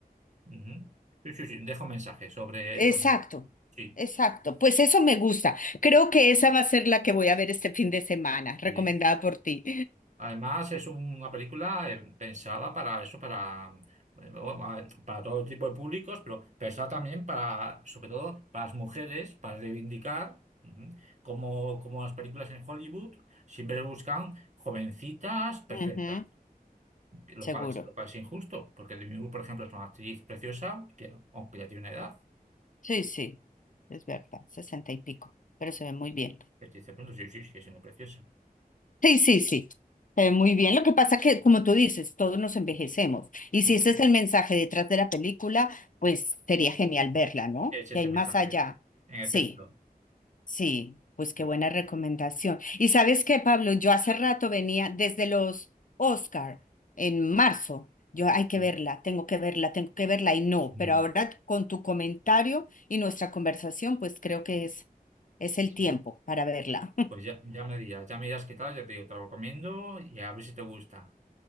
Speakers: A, on the right; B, on the left.
A: ujú. Sí, sí, sí, dejo mensaje sobre
B: Exacto,
A: eso. Sí.
B: exacto. Pues eso me gusta. Creo que esa va a ser la que voy a ver este fin de semana, recomendada
A: Sí.
B: por ti.
A: Además, es una película eh, pensada para eso, para, eh, bueno, a para todo tipo de públicos, pero pensada también para, sobre todo, para las mujeres, para reivindicar, ujú, como, como las películas en Hollywood siempre buscan jovencitas perfectas,
B: Ujú,
A: lo
B: seguro.
A: cual es, lo cual es injusto, porque Demi Moore, por ejemplo, es una actriz preciosa, que, aunque ya tiene una edad,
B: Sí, sí, es verdad, sesenta y pico, pero se ve muy bien.
A: que te dice, bueno, sí, sí, sigue siendo preciosa.
B: Sí, sí, sí, se ve muy bien. Lo que pasa que, como tú dices, todos nos envejecemos. Y
A: Ujú.
B: si ese es el mensaje detrás de la película, pues sería genial verla, ¿no?
A: Es
B: Que
A: ese
B: hay
A: mensaje,
B: más allá.
A: en
B: Sí.
A: efecto.
B: Sí, pues qué buena recomendación. Y sabes qué, Pablo, yo hace rato venía desde los Oscar en marzo. Yo hay que
A: Sí.
B: verla, tengo que verla, tengo que verla y no,
A: Mm,
B: pero ahora con tu comentario y nuestra conversación, pues creo que es, es el
A: sí.
B: tiempo para verla. <laughs>
A: Pues ya, ya me dirás, ya me dirás qué tal, ya te digo, te lo recomiendo y a ver si te gusta.